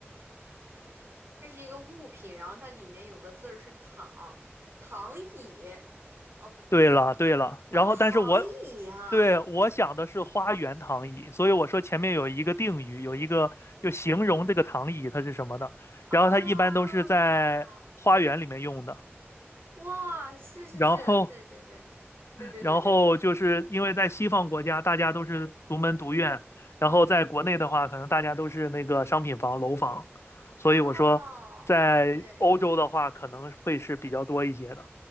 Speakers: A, on the right (about 65°); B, on the left (about 75°).
A: 它是一个物品，然后它里面有个字儿是躺，躺椅。哦，不，
B: 对了，对了，
A: 啊，
B: 然后但是我
A: 躺椅呀，
B: 对我想的是花园躺椅，所以我说前面有一个定语，有一个就形容这个躺椅它是什么的，
A: 啊，
B: 然后它一般都是在花园里面用的，
A: 哇，是是是，
B: 然后
A: 对对对，对对对对对，
B: 然后就是因为在西方国家大家都是独门独院，然后在国内的话可能大家都是那个商品房楼房，所以我说在欧洲的话可能会是比较多一些的。
A: 哦，对。